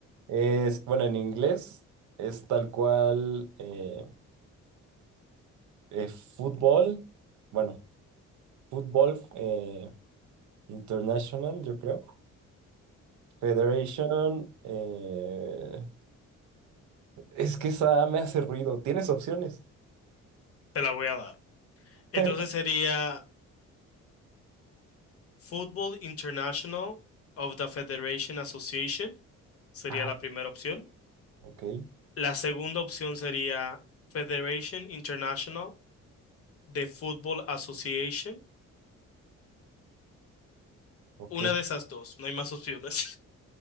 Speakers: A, on the right; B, on the left.
A: es, bueno, en inglés es tal cual eh, eh, fútbol, bueno, fútbol eh, international, yo creo. Federation, eh, es que esa me hace ruido. ¿Tienes opciones?
B: Te la voy a dar. Entonces
A: <laughs>
B: sería Football International of the Federation Association, sería
A: Ah,
B: la primera opción.
A: ok,
B: La segunda opción sería Federation International de Football Association.
A: ok.
B: Una de esas dos, no hay más opciones.